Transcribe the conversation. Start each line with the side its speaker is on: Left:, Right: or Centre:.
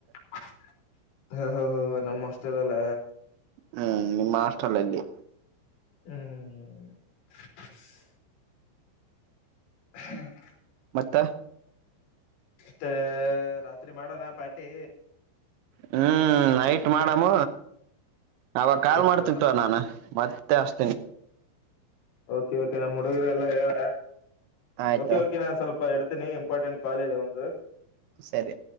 Left: <unintelligible> ಓ ಓ ನಮ್ಮ ಅಷ್ಟೆಲ್ಲಲ್ಲ
Right: ಹ್ಮ್ ನಿಮ್ಮ ಹಾಸ್ಟೆಲ್ ಅಲ್ಲೆ
Left: ಹ್ಮ್ <inaudible> <unintelligible>
Right: ಮತ್ತ
Left: ಮತ್ತೆ ರಾತ್ರಿ ಮಾಡೋಣ ಪಾರ್ಟಿ
Right: ಹ್ಮ್ ನೈಟ್ ಮಾಡಾಮ ಅವಾಗ
Left: ಓಕೆ
Right: ಕಾಲ್
Left: ಓಕೆ
Right: ಮಾಡ್ತಿತ್ತುವ ನಾನ ಮತ್ತೆ ಹಾಚೆತೇನೆ
Left: ಓಕೆ ಓಕೆ ನಾ ಹಡುಗರು ಎಲ್ಲಾ ಹೇಳ
Right: ಆಯ್ತಾ
Left: ಓಕೆ ಓಕೆ ನಾನ್ ಸ್ವಲ್ಪ ಎಡ್ ಇಡುತ್ತೇನೆ ಇಂಪಾರ್ಟೆಂಟ್ ಕಾಲ್ ಇದೆ ಒಂದು
Right: ಸರಿ